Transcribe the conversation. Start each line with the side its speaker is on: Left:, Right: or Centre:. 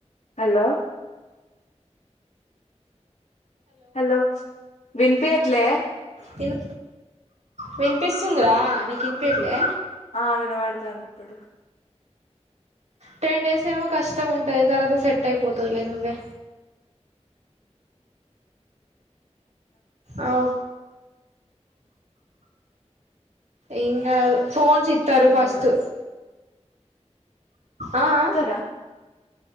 Left: హలో హలో వినిపియ్యట్లే
Right: తిను వినిపిస్తుందిరా నీకు ఇనిపియట్లే
Left: ఆ వినబడతుంది ఇప్పుడు
Right: టెన్ డేస్ ఏమో కష్టం ఉంటది తర్వాత సెట్ అయిపోతదిలే నువ్వే ఆ ఓ ఏం గాదు ఫోన్స్ ఇత్తరు
Left: బాధిస్తున్నాడు
Right: ఫస్ట్ ఆఆ
Left: వస్తారా